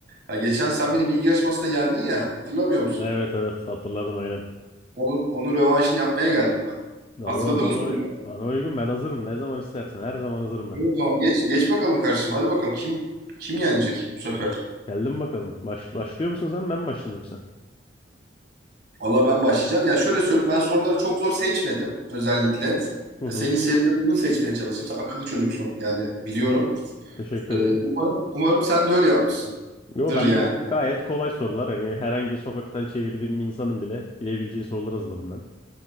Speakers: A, on the right; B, on the left.
A: Ya geçen sen beni bilgi yarışmasında yendin ya hatırlamıyor musun?
B: Evet evet hatırladım aynen.
A: Onun, onun rövanşını yapmaya geldim ben.
B: Valla
A: Hazırladın
B: bana
A: mı soruları?
B: uy- bana uygun ben hazırım ne zaman istersen her zaman hazırım ben.
A: İyi O zaman geç, geç bakalım karşıma. Hadi bakalım kim kim yenecek bu sefer?
B: Ge- Geldim bakalım. Baş- başlıyor musun sen ben mi başlayayım yoksa?
A: Valla ben başlayacağım. Ya şöyle söyleyeyim ben soruları çok zor seçmedim özellikle.
B: Hı hı.
A: E, Senin seviyene uygun seçmeye çalıştım. Sen akıllı çocuksun yani biliyorum.
B: Teşekkür
A: E,
B: ederim.
A: umarım, umarım sen de öyle yapmışsındır
B: Yo ben
A: yani.
B: gayet kolay sorular hani herhangi sokaktan çevirdiğim bir insanın bile bilebileceği sorular hazırladım ben.